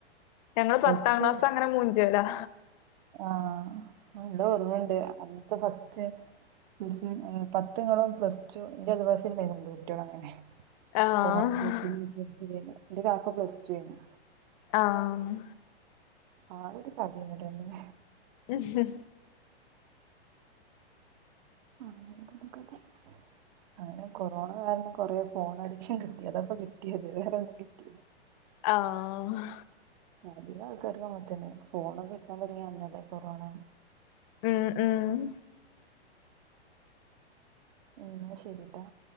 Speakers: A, on the left; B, on the right.
A: ഞങ്ങള്
B: പ്ലസ്
A: പത്താം
B: ടു
A: ക്ലാസ് അങ്ങനെ മൂഞ്ചോലാ
B: ആഹ് നല്ല ഓറ്മണ്ട് അന്നത്തെ ഫസ്റ്റ് പ്ലസ് വൺ അങ്ങനെ പത്ത്ങ്ങനെ പ്ലസ്ടു ൻ്റെ അയൽവാസിണ്ടായ്നു കുട്യാളങ്ങനെ
A: ആഹ്
B: കൊറോണൻ്റെതീ പ്ലസ്ടുകയീഞ്ഞത് ൻ്റെകാക്ക പ്ലസ്ടുഎയ്നി
A: ആഹ്
B: ആ അവക്ക് പതിന്നെട്ടന്നേ
A: അഹ
B: ആഹ് <unintelligible> അങ്ങനെ കൊറോണ കാരണം കൊറേ ഫോൺ അഡിക്ഷൻ കിട്ടി അതാപ്പോ കിട്ടിയത് വേറെ ഒന്നും കിട്ടില്ല
A: ആഹ്
B: അധികം ആൾക്കാർതുംഅങ്ങനെ തന്നെ ഫോണൊക്കെ കിട്ടാൻ തൊട്ങ്ങിയ അന്നല്ലേ കൊറോണ
A: ഉം ഉം
B: ഇന്നാ ശരിട്ടാ